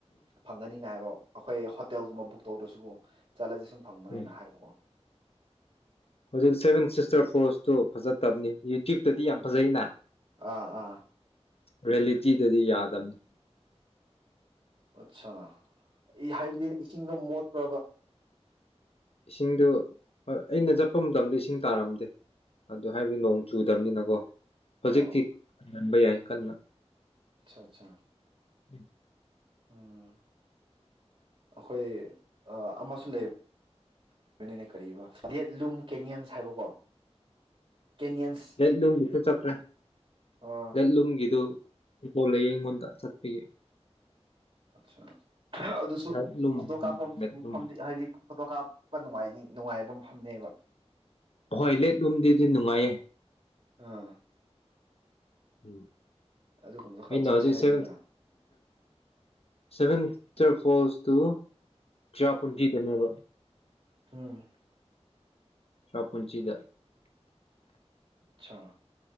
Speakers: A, on the right; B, on the left.
A: ꯐꯪꯒꯅꯤꯅ ꯍꯥꯏꯕ ꯑꯩꯈꯣꯏ ꯍꯣꯇꯦꯜꯒꯨꯝꯕ ꯕꯨꯛ ꯇꯧꯗ꯭ꯔꯁꯨꯀꯣ ꯆꯠꯂꯁꯦ ꯁꯨꯝ ꯐꯪꯕꯅꯦꯅ
B: ꯎꯝ
A: ꯍꯥꯏꯕꯀꯣ
B: ꯍꯧꯖꯤꯛ ꯁꯦꯚꯦꯟ ꯁꯤꯁꯇꯔ ꯐꯣꯔꯁꯇꯨ ꯐꯖꯠꯇꯕꯅꯤ ꯌꯨꯇ꯭ꯌꯨꯕꯇꯗꯤ ꯌꯥꯝ ꯐꯖꯩꯅ
A: ꯑꯥ ꯑꯥ
B: ꯦꯌꯦꯂꯤꯇꯤꯗꯗꯤ ꯌꯥꯗꯕꯅꯤ
A: ꯑꯆꯥꯥ ꯍꯥꯏꯕꯗꯤ ꯏꯁꯤꯡꯗꯣ ꯃꯣꯠꯄ꯭ꯔꯕ
B: ꯏꯁꯤꯡꯗꯨ ꯑꯩꯅ ꯆꯠꯄ ꯃꯇꯝꯗ ꯏꯁꯤꯡ ꯇꯥꯔꯝꯗꯦ ꯑꯗꯨ ꯍꯥꯏꯕꯗꯤ ꯅꯣꯡ ꯆꯨꯗꯕꯅꯤꯅꯀꯣ ꯍꯧꯖꯤꯛꯇꯤ
A: ꯑꯥ
B: ꯉꯟꯕ ꯌꯥꯏ ꯀꯟꯅ
A: ꯑꯠꯆꯥ ꯑꯠꯆꯥ
B: ꯎ
A: ꯎꯝ ꯑꯩꯈꯣꯏ ꯑꯃꯁꯨ ꯂꯩꯕꯅꯤꯅꯦ ꯗꯦꯠ ꯂꯨꯝ ꯀꯦꯅꯤꯌꯟꯁ ꯍꯥꯏꯕꯀꯣ ꯀꯦꯅꯤꯌꯟꯁ
B: ꯗꯦꯠꯂꯨꯝꯒꯤꯁꯨ ꯆꯠꯈ꯭ꯔꯦ
A: ꯑꯥ
B: ꯗꯦꯠꯂꯨꯝꯒꯤꯗꯨ ꯄꯣ ꯂꯩꯌꯦ ꯑꯩꯉꯣꯟꯗ ꯆꯠꯄꯤꯒꯦ
A: ꯑꯆꯥ ꯑꯗꯨꯁꯨ
B: ꯂꯦꯠꯂꯨꯝ
A: ꯐꯨꯗꯣ ꯀꯥꯞꯐꯝ
B: ꯂꯦꯠꯂꯨꯝ
A: ꯐꯝꯗꯤ ꯍꯥꯏꯗꯤ ꯐꯣꯇꯣ ꯀꯥꯞꯄ ꯅꯨꯡꯉꯥꯏ ꯅꯨꯡꯉꯥꯏꯕ ꯃꯐꯝꯅꯦꯕ
B: ꯑꯍꯣꯏ ꯂꯦꯠꯂꯣꯝꯗꯤꯗꯤ ꯅꯨꯡꯉꯥꯏꯌꯦ
A: ꯑꯥ
B: ꯎꯝ
A: ꯑꯗꯨꯒꯨꯝꯕꯗꯣ ꯈꯔ
B: ꯑꯩꯩꯅ
A: ꯆꯠꯁꯦ
B: ꯍꯧꯖꯤ
A: ꯍꯥꯏꯕꯅꯤꯗ
B: ꯁ ꯁꯚꯦꯟ ꯇꯋꯦꯜ ꯐꯣꯁ ꯇꯨ ꯆꯞ ꯄꯨꯖꯤ ꯀꯅꯕ
A: ꯑꯝ
B: ꯄ ꯄꯨꯟꯁꯤꯗ
A: ꯑꯆꯥꯥ